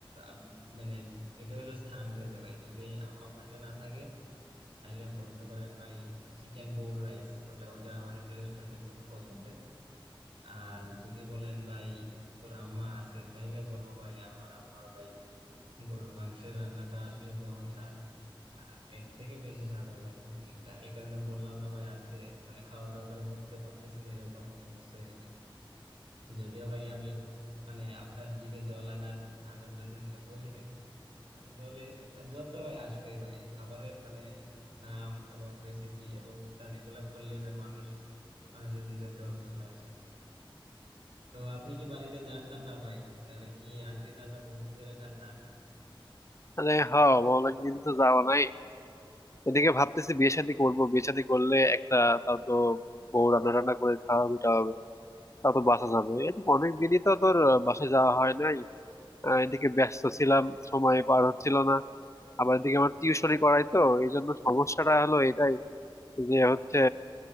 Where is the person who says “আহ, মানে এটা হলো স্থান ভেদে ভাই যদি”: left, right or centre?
Right